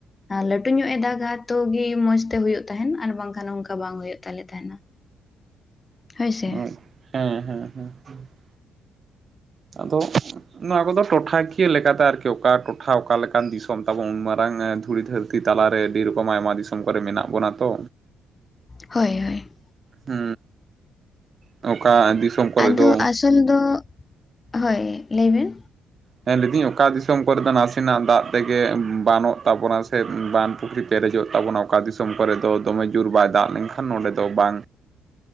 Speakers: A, on the left; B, on the right.
A: ᱟᱨ ᱞᱟᱹᱴᱩ ᱧᱚᱜ ᱮ ᱫᱟᱜ ᱛᱚᱵᱮ ᱮᱱᱟ ᱢᱚᱸᱡᱽ ᱛᱮ ᱦᱩᱭᱩᱜ ᱛᱟᱦᱮᱸᱱ ᱟᱨ ᱵᱟᱝᱠᱷᱟᱱ ᱚᱱᱠᱟ ᱵᱟᱝ ᱦᱩᱭᱩᱜ ᱛᱟᱞᱮ ᱛᱟᱦᱮᱸᱱᱟ᱾ ᱦᱳᱭ ᱥᱮ,
B: ᱦᱮᱸ ᱦᱮᱸ, ᱦᱩᱸ ᱦᱩᱸ ᱦᱩᱸ <unintelligible> ᱟᱫᱚ, ᱱᱚᱣᱟ ᱠᱚᱫᱚ ᱴᱚᱴᱷᱟᱠᱤᱭᱟᱹ ᱞᱮᱠᱟᱛᱮ ᱟᱨᱠᱤ ᱚᱠᱟ ᱴᱚᱴᱷᱟ ᱚᱠᱟ ᱞᱮᱠᱟᱱ ᱫᱤᱥᱚᱢ ᱛᱟᱵᱚᱱ ᱩᱱ ᱢᱟᱨᱟᱝ ᱫᱷᱩᱲᱤ ᱫᱷᱟᱹᱨᱛᱤ, ᱛᱟᱞᱟᱨᱮ ᱟᱹᱰᱤ ᱨᱚᱠᱚᱢ ᱟᱭᱢᱟ ᱫᱤᱥᱚᱢ ᱠᱚᱨᱮ ᱢᱮᱱᱟᱜ ᱵᱚᱱᱟ ᱛᱚ,
A: ᱦᱳᱭ ᱦᱳᱭ,
B: ᱦᱩ, ᱸ ᱚᱠᱟ ᱫᱤᱥᱚᱢ ᱠᱚᱨᱮ
A: ᱟᱫᱚ
B: ᱫᱚ
A: ᱟᱥᱚᱞ ᱫᱚ ᱦᱳᱭ ᱞᱟᱹᱭ ᱵᱤᱱ?
B: ᱦᱮᱸ ᱞᱟᱹᱭ ᱫᱟᱹᱧ ᱚᱠᱟ ᱫᱤᱥᱚᱢ ᱠᱚᱨᱮ ᱫᱚ ᱱᱟᱥᱮᱱᱟᱜ ᱫᱟᱜ ᱛᱮᱜᱮ ᱵᱟᱱᱚᱜ ᱛᱟᱵᱚᱱᱟ, ᱥᱮ ᱵᱟᱸᱫᱽ ᱯᱩᱠᱷᱨᱤ ᱯᱮᱨᱮᱡᱚᱜ ᱛᱟᱵᱚᱱᱟ ᱚᱠᱟ ᱫᱤᱥᱚᱢ ᱠᱚᱨᱮ ᱫᱚ ᱫᱚᱢᱮ ᱡᱩᱨ ᱵᱟᱭ ᱫᱟᱜ ᱞᱮᱱᱠᱷᱟᱱ ᱱᱚᱸᱰᱮ ᱫᱚ ᱵᱟᱝ,